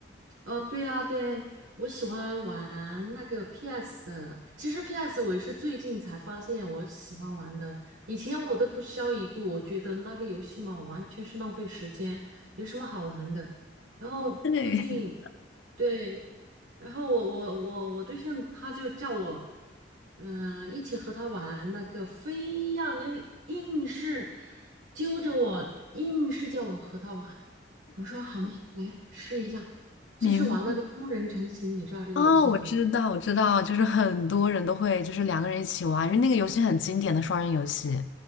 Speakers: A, on the right; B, on the left.
A: 哦，对呀，对，我喜欢玩那个 PS 的。其实 PS 我也是最近才发现我喜欢玩的，以前我都不屑一顾，我觉得那个游戏嘛，完全是浪费时间，有什么好玩的？然后最近，
B: 对，
A: 对，然后我我我我对象他就叫我，嗯、一起和他玩那个，非要跟硬是揪着我，硬是叫我和他玩。我说好吗？来试一下，就是玩那个双人成型，
B: <laughs> 明白
A: 你知道这个游戏吗？
B: 哦，我知道，我知道，就是很多人都会就是两个人一起玩，因为那个游戏很经典的双人游戏。